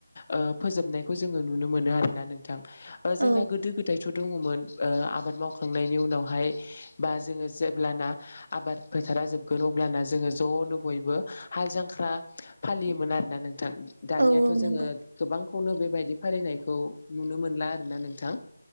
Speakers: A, on the left (about 25°); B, on the right (about 85°).
A: ओ फोजोबनायखौ जोङो नुनो मोनो आरोना नोंथां जोंना
B: औ
A: गोदो गोदाय थ दङमोन ओ आबाद मावखांनायनि उनावहाय बा जोङो जेब्लाना आबाद फोथार जोबगोन अब्लाना जोङो जनो बयबो हाल जांख्रा फालियोमोन आरो ना नोंथां दानियाथ
B: औ औ नंगौ
A: जोङो गोबांखौनो बेबायदि फालिनायखौ नुनो मोनला आरोना नोंथां